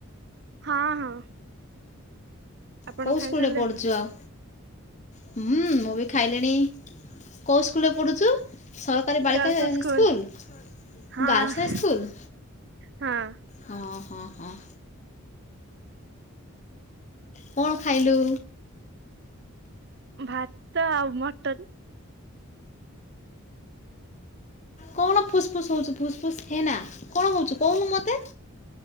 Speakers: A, on the right; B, on the left.
A: ହଁ ହଁ। ଆପଣ
B: କଉ
A: ଖାଇସାରିଲେଣି?
B: ସ୍କୁଲ୍ ରେ ପଢ଼ୁଚୁ ଆଉ? ହୁଁ ମୁଁ ବି ଖାଇଲିଣି କୋଉ ସ୍କୁଲ୍ ରେ ପଢ଼ୁଚୁ? ସରକାରୀ ବାଳିକା
A: girls school
B: school
A: ହଁ
B: girls high ସ୍କୁଲ୍?
A: ହଁ
B: ହଁ ହଁ ହଁ। କଣ ଖାଇଲୁ?
A: ଭାତ ଆଉ ମଟନ୍।
B: କଣ ଫୁସ୍ ଫୁସ୍ ହଉଚୁ ଫୁସ୍ ଫୁସ୍ ହେନା କଣ ହଉଚୁ କହୁନୁ ମତେ।